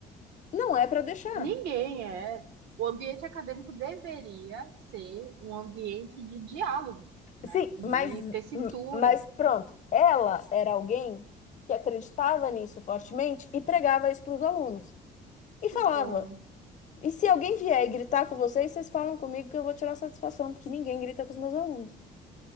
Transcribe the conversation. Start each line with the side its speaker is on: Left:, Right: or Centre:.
Left: Não é para deixar.
Right: Ninguém é. O ambiente acadêmico deveria ser um ambiente de diálogo, né?
Left: Sim,
Right: De
Left: mas,
Right: tessitura.
Left: mas pronto. Ela era alguém que acreditava nisso fortemente e pregava isso para os alunos. E
Right: Que
Left: falava:
Right: bom,
Left: e se alguém vier e gritar com vocês, vocês falam comigo que eu vou tirar satisfação, porque ninguém grita com os meus alunos.